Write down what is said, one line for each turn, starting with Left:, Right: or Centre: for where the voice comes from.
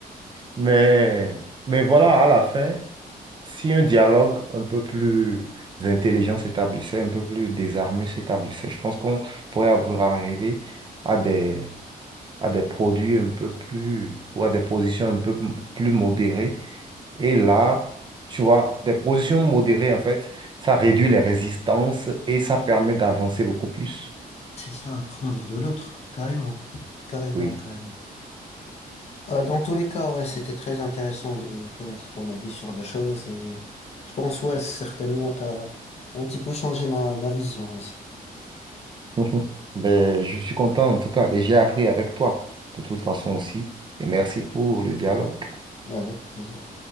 Right: Mais, mais voilà, à la fin, si un dialogue un peu plus intelligent s'établissait, un peu plus désarmé s'établissait, je pense qu'on pourrait avoir arrivé à des à des produits un peu plus, ou à des positions un peu m- plus modérées. Et là, tu vois, des positions modérées, en fait, ça réduit les résistances et ça permet d'avancer beaucoup plus.
Left: c'est ça apprendre de l'autre carrément carrément
Right: Oui.
Left: carrément Euh, dans tous les cas, ouais, c'était très intéressant de connaître ton avis sur la chose et je pense, ouais, certainement, t'as, t'as un petit peu changé ma, ma vision aussi.
Right: <laughs> ben je suis content en tout cas et j'ai appris avec toi de toute façon aussi. Et merci pour le dialogue.
Left: Avec plaisir.